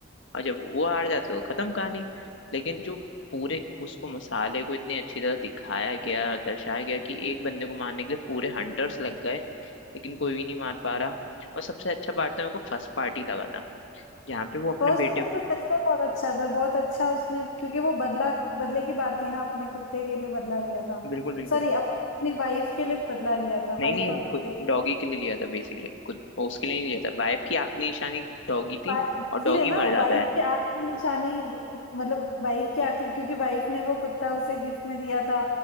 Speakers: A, on the left (about 70°); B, on the left (about 90°).
A: और जब वो हार जाते हो खत्म कहानी लेकिन जो पूरे उसको मसाले को इतनी अच्छी तरह दिखाया गया दर्शाया गया कि एक बंदे को मारने के लिए पूरे हंटर्स लग गए लेकिन कोई भी नहीं मार पा रहा और सबसे अच्छा पार्ट तो मेरे को फर्स्ट पार्ट ही लगा था जहाँ पे वो अपने
B: फर्स्ट
A: बेटे
B: पार्ट
A: को
B: तो सच में बहुत अच्छा था बहुत अच्छा उसने क्योंकि वो बदला बदले की बात थी ना अपने कुत्ते के लिए बदला लिया था
A: बिल्कुल बिल्कुल
B: सॉरी अपनी वाइफ के लिए बदला लिया था
A: नहीं
B: वाइफ
A: नहीं
B: और कुत्ते
A: डॉगी के लिए लिया था बेसिकली कुछ उसके लिए नहीं लिया था वाइफ की आखिरी निशानी डॉगी थी
B: इसीलिए
A: और डॉगी
B: ना
A: मर जाता
B: वाइफ
A: है
B: के आंख की आखिरी निशानी मतलब वाइफ की आखिरी क्योंकि वाइफ ने वो कुत्ता उसे गिफ्ट में दिया था